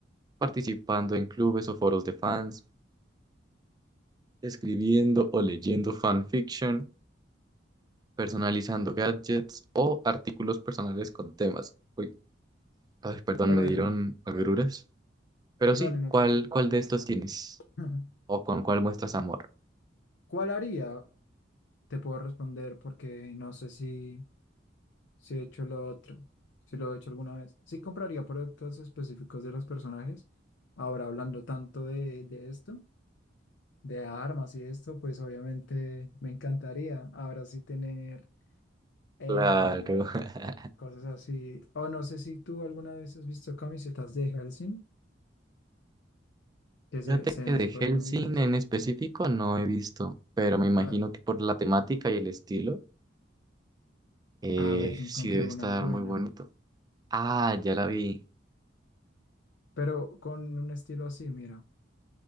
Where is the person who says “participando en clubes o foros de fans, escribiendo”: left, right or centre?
Right